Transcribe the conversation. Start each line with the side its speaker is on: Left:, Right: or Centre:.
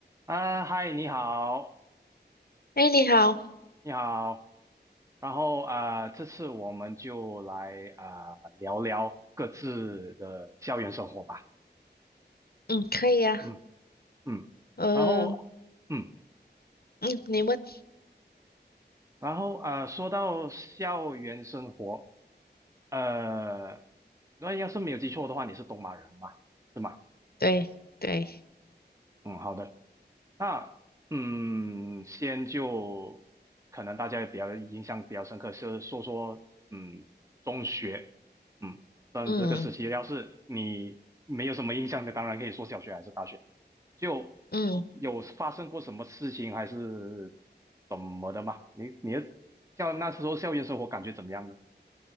Right: 啊，嗨，你好，
Left: 哎，你好，
Right: 你好。然后啊，呃这次我们就来啊、呃聊聊各自的校园生活吧。
Left: 嗯，可以呀、
Right: 嗯嗯，
Left: 呃，
Right: 然后嗯，
Left: 嗯，你问，
Right: 然后啊、呃说到校园生活，呃，那要是没有记错的话，你是东马人嘛，是吗？
Left: 对对，
Right: 嗯，好的。那嗯，先就可能大家也比较印象比较深刻，是说说嗯中学，嗯，但这个时期要是你没有什么印象的，
Left: 嗯
Right: 当然可以说小学还是大学，就
Left: 嗯
Right: 有发生过什么事情还是怎么的嘛？你你的像那时候校园生活感觉怎么样呢？